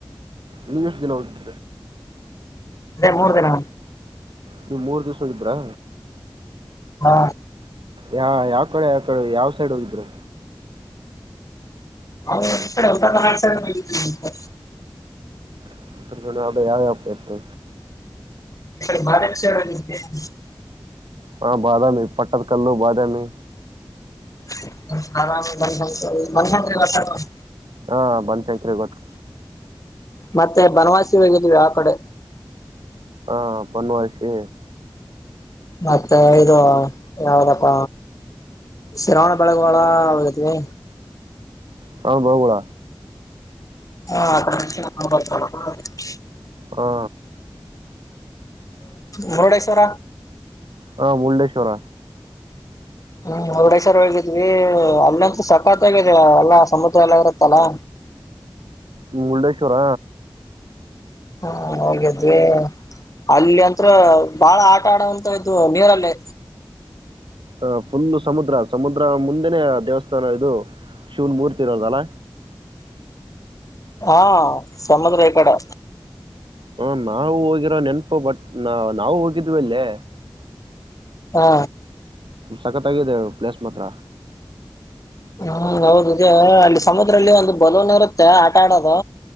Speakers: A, on the right (about 75°); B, on the left (about 40°).
A: <unintelligible>
B: ಅದೇ ಮೂರ್ ದಿನ.
A: ನೀವ್ ಮೂರ್ ದಿವ್ಸಸು ಹೋಗಿದ್ರಾ.
B: ಹಾ.
A: ಯಾ ಯಾವ್ ಕಡೆ ಯಾವ ಕಡೆ ಯಾವ್ ಸೈಡ್ ಹೋಗಿದ್ರಿ.
B: <inaudible>
A: <unintelligible> ಯಾವ್ ಯಾವ್ ಪ್ಲೇಸು.
B: <inaudible>
A: ಹಾ ಬಾದಾಮಿ ಪಟ್ಟದ್ ಕಲ್ಲು ಬಾದಾಮಿ.
B: <inaudible> ಬನಶಂಕರಿ ಬನಶಂಕ್ರಿ ಬಸ್ ಟ್ಯಾಪ್ಪು.
A: ಹಾ ಬನಶಂಕರಿ ಗೊತ್ತು
B: ಮತ್ತೆ ಬನವಾಸಿ ಹೋಗಿದ್ವಿ ಆ ಕಡೆ
A: ಹಾ ಬನವಾಸಿ
B: ಮತ್ತೆ ಇದು ಯಾವ್ದಪ್ಪ ಶ್ರಾವಣ ಬೆಳಗೊಳ ಹೋಗಿದ್ವಿ
A: ಶ್ರಾವಣ ಬೆಳಗೊಳ
B: <unintelligible>
A: ಹಾ
B: ಮುರುಡೇಶ್ವರ
A: ಹಾ ಮುರೂಡೇಶ್ವರ
B: ಹ್ಮ್ ಮುಡೇಶ್ವರ್ ಹೋಗಿದ್ವಿ ಅಲ್ಲಂತು ಸಖತಾಗಿ ಇದೆ ಎಲ್ಲಾ ಸಮುದ್ರ ಎಲ್ಲಾ ಇರುತ್ತಲ್ಲಾ
A: ಮುರುಡೇಶ್ವರ
B: ಹಾ ಹೋಗಿದ್ವಿ ಅಲ್ಲಿ ಅಂತ್ರು ಬಾಳ ಆಟ ಆಡುವಂತದ್ದು ಇದ್ವು ನೀರಲ್ಲಿ
A: ಅ ಫುಲ್ ಸಮುದ್ರ ಸಮುದ್ರ ಮುಂದೆನೇ ದೇವಸ್ಥಾನ ಇದು ಶಿವನ್ ಮೂರ್ತಿ ಇರೋದಲ್ಲ.
B: ಹಾ ಸಮುದ್ರ ಈಕಡೆ
A: ಹು ನಾ ನಾವು ಹೋಗಿರೋ ನೆನಪು ಬಟ್ ನ ನಾವು ಹೋಗಿದ್ವಿ ಅಲ್ಲಿ.
B: ಹಾ
A: ಸಖತಾಗಿದೆ ಪ್ಲೇಸ್ ಮಾತ್ರ.
B: ಹ್ಮ್ ಹೌದು ಇದೆ ಅಲ್ಲಿ ಸಮುದ್ರದಲ್ಲಿ ಒಂದು ಬಲೂನ್ ಇರುತ್ತೆ ಆಟ ಆಡೋದು.